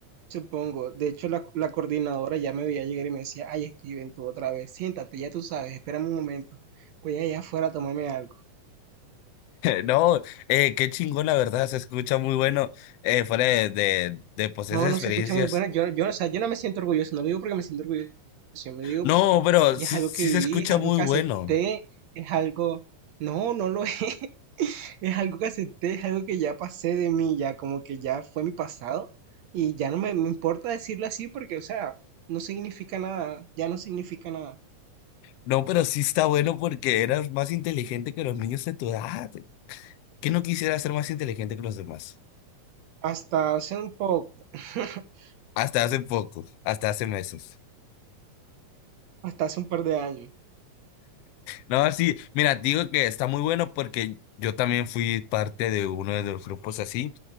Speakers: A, on the right (about 65°); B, on the left (about 80°).
A: Supongo. De hecho, la, la coordinadora ya me veía llegar y me decía, ay, Steven, tú otra vez, siéntate, ya tú sabes, espérame un momento. Voy allá afuera a tomarme algo.
B: No, eh, qué chingón, la verdad, se escucha muy bueno eh, fuera de, de, de, pues
A: No,
B: esas experiencias.
A: no se escucha muy bueno. Yo, yo, o sea, yo no me siento orgulloso, no lo digo porque me siento orgulloso, yo me digo
B: No,
A: porque
B: pero
A: ya
B: sí,
A: es algo
B: sí
A: que viví,
B: se escucha
A: es algo
B: muy
A: que
B: bueno.
A: acepté, es algo... No, no lo <laughs> es. Es algo que acepté, es algo que ya pasé de mí, ya como que ya fue mi pasado y ya no me, me importa decirlo así porque, o sea, no significa nada, ya no significa nada.
B: No, pero sí está bueno porque eras más inteligente que los niños de tu edad. ¿Qué no quisieras ser más inteligente que los demás?
A: Hasta hace un poco, <laughs>
B: Hasta hace poco, hasta hace meses.
A: hasta hace un par de años.
B: No, sí, mira, digo que está muy bueno porque yo también fui parte de uno de los grupos así,